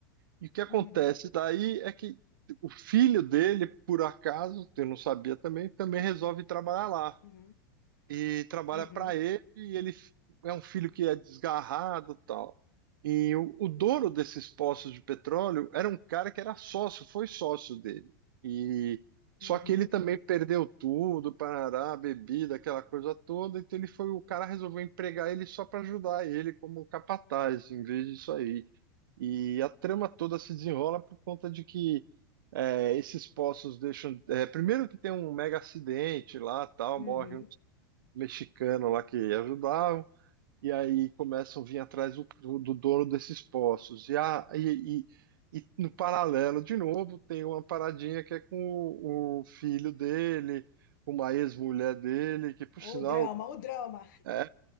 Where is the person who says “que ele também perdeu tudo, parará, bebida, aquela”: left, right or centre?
Right